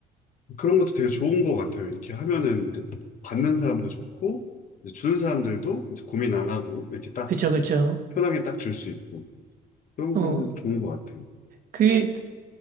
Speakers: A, on the left; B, on the right.
A: 그런 것도 되게 좋은 것 같아요. 이렇게 하면은 이제 받는 사람도 좋고, 이제 주는 사람들도 이제 고민 안 하고, 이렇게 딱
B: 그쵸 그쵸.
A: 편하게 딱 줄 수 있고, 그런
B: 어
A: 건 좋은 것 같아요.
B: 그게